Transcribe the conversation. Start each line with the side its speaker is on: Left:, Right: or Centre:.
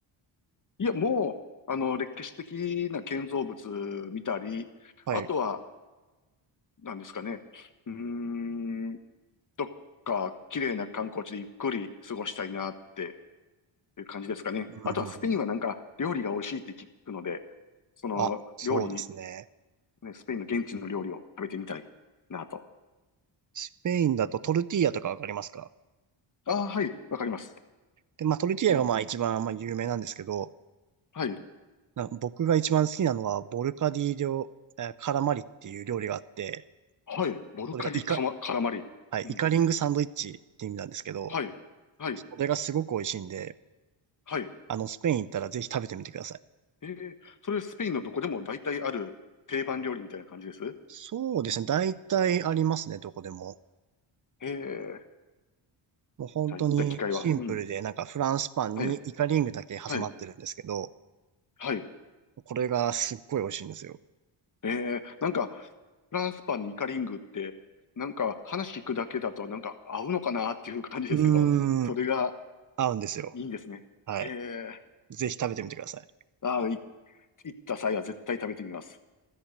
Left: いや、もう、あの、歴史的な建造物見たり、
Right: はい。
Left: あとは、何ですかね。うーん、どっか綺麗な観光地でゆっくり過ごしたいなっていう感じですかね。
Right: うんうんうん
Left: あとはスペインはなんか料理が美味しいって聞くので、その料理
Right: あ、そうですね。
Left: ね、スペインの現地の料理を食べてみたいなと。
Right: スペインだとトルティーヤとかわかりますか
Left: ああ、はい、わかります。
Right: で、まあトルティーヤがまあ一番まあ有名なんですけど、
Left: うん。はい、
Right: な僕が一番好きなのはボルカディ料、えーカラマリっていう料理があって、
Left: はい、ボルカリカマ、
Right: それがイカ、
Left: カラマリ。
Right: はい、
Left: うん、
Right: イカリングサンドイッチって意味なんですけど、
Left: はい、はい、
Right: それがすごく美味しいんで、
Left: はい。
Right: あの、スペイン行ったらぜひ食べてみてください。
Left: ええ、それスペインのどこでも大体ある定番料理みたいな感じです
Right: そうですね。大体ありますね、どこでも。
Left: ええ、
Right: もう本当にシンプルで、
Left: じゃあ行った機会は。うん、
Right: なんかフランスパンにイカリングだけ挟まってるんですけど、
Left: はい、はい、はい。
Right: これがすっごい美味しいんですよ。
Left: ええ、なんか、フランスパンにイカリングって、なんか話聞くだけだとなんか合うのかなっていう感じですけど、
Right: うーん。
Left: それが
Right: 合うんですよ。
Left: いいんですね。
Right: はい。
Left: ええ、
Right: ぜひ食べてみてください。
Left: ああ、い行った際は絶対食べてみます。